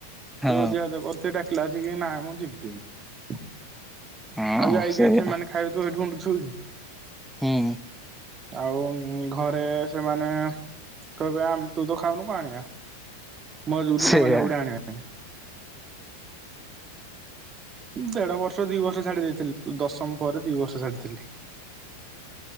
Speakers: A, in the centre; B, on the right.
A: ହଁ
B: ସେ ଭୋଜି ଭାତ କରିଥିବେ ଡାକି କ୍ଲାସିକ କି ନାଇ ମୁଁ ଯିବିନି।
A: ହଁ
B: ଆଉ ଯାଇକି
A: ସେଇଆ
B: ସେମାନେ ଖାଇବେ ତୁ ଉଣ୍ଡୁ ଛୁଇ
A: ହୁଁ
B: ଆଉ ଘରେ ସେମାନେ କହିବେ ଆମ ତୁ ତ ଖାଉନୁ କଣ ଆଣିବା। ମଜୁରୁ
A: ସେଇଆ
B: ସେମାନେ ଉଡା ଆଣିବେ। ଦେଢ ବର୍ଷ ଦି ବର୍ଷ ଛାଡି ଦେଇଥିଲି ଦଶମ ପରେ ଦି ବର୍ଷ ଛାଡିଥିଲି।